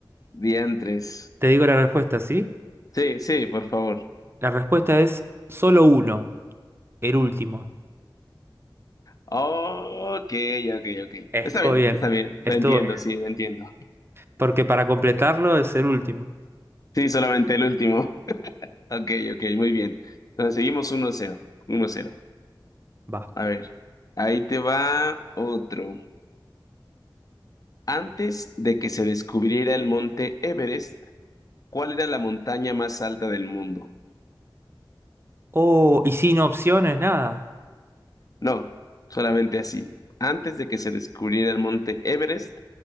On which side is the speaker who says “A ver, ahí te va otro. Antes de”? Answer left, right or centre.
Left